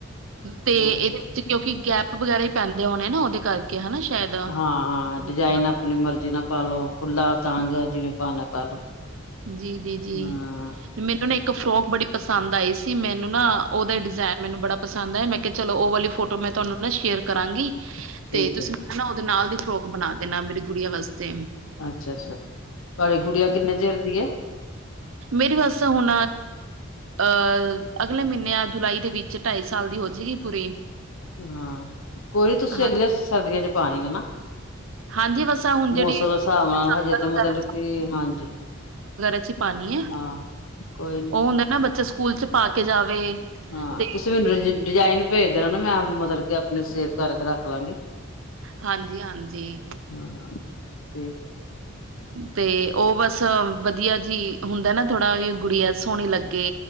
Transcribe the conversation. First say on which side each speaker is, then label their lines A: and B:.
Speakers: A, on the right (about 70°); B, on the left (about 80°).
A: ਤੇ
B: ਹਾਂ
A: ਇਹਦੇ ਕਿਉਂਕਿ ਗੈਪ ਵਗੈਰਾ ਹੀ ਪੈਂਦੇ ਹੋਣੇ, ਨਾ ਉਹਦੇ ਕਰਕੇ ਹਨਾ ਸ਼ਾਇਦ ਤ
B: ਹਾਂ ਹਾਂ ਡਿਜ਼ਾਇਨ ਆਪਣੀ ਮਰਜ਼ੀ ਨਾਲ ਪਾਾਲ ਲੋ ਖੁੱਲਾ ਤੰਗ ਜਿਵੇਂ, ਭਣਾ ਪਾਲੋ।
A: ਜੀ, ਜੀ, ਜੀ।
B: ਹਾਂ
A: ਮੈਨੂੰ ਨਾ ਇੱਕ ਫਰੋਕ ਬੜੀ ਪਸੰਦ ਆਈ ਸੀ, ਮੈਨੂੰ ਨਾ ਉਹਦਾ ਡਿਜ਼ਾਇਨ ਮੈਨੂੰ ਬੜਾ ਪਸੰਦ ਆਇਆ ਮੈਂ ਚਲੋ, ਉਹ ਵਾਲੀ ਫੋਟੋ ਮੈਂ ਤੁਹਾਨੂੰ ਨਾ ਸ਼ੇਅਰ ਕਰਾਂਗੀ।
B: ਠੀਕ
A: ਤੇ ਤੁਸੀਂ
B: ਹੈ
A: ਮੈਂ ਨਾ ਉਹਦੇ ਨਾਲ ਦੀ ਫਰੋਕ ਬਣਾ ਦੇਣਾ, ਮੇਰੀ ਗੁੜੀਆਂ ਵਾਸਤੇ,
B: ਅੱਛਾ, ਅੱਛਾ, ਤੁਹਾਡੀ ਗੁੜੀਆਂ ਕਿੰਨੇ ਚਿਰ ਦੀ ਐ?
A: ਮੇਰੀ ਵਸ ਹੁਣ, ਅਹ ਅਗਲੇ ਮਹੀਨੇ ਆ ਜੁਲਾਈ ਦੇ ਵਿੱਚ ਢਾਈ ਸਾਲ ਦੀ ਹੋ ਜਾਏਗੀ ਪੂਰੀ,
B: ਹਾਂ ਕੋਈ ਨੀ ਤੁਸੀਂ
A: ਹਾਂ,
B: ਅਗਲੇ ਸਰਦੀਆਂ ਚ ਪਾਉਣੀ ਹੈ ਨਾ,
A: ਹਾਂਜੀ, ਬਸ ਹੁਣ ਜਿਹੜੀ
B: ਮੌਸਮ ਦੇ ਹਿਸਾਬ ਨਾਲ
A: ਸੰਬਰ
B: ਹਜੇ ਤਾਂ ਮਤਲਬ
A: ਵਗੈਰਾ
B: ਕਿ ਹਾਂਜੀ
A: ਚ ਪਾਣੀ ਹੈ।
B: ਹਾਂ ਕੋਈ ਨੀ,
A: ਉਹ ਹੁੰਦੇ ਨਾ ਬੱਚੇ ਸਕੂਲ ਚ ਪਾ ਕੇ ਜਾਵੇ।
B: ਹਾਂ
A: ਤੇ
B: ਤੁਸੀਂ ਮੈਨੂੰ ਡਿਜ਼ਾਇਨ ਭੇਜ ਦੇਣਾ, ਨਾ ਮੈਂ ਮਤਲਬ ਕਿ ਆਪਣੇ ਸੇਵ ਕਰਕੇ ਰੱਖ ਲਵਾਂਗੀ।
A: ਹਾਂਜੀ, ਹਾਂਜੀ।
B: ਹਾਂ ਠੀਕ ਹੈ,
A: ਤੇ ਉਹ ਬਸ, ਸ ਵਧੀਆ ਜੀ ਹੁੰਦਾ ਨਾ, ਥੋੜ੍ਹਾ ਜਾ ਗੁੜੀਆ ਸੋਹਣੀ ਲੱਗੇ।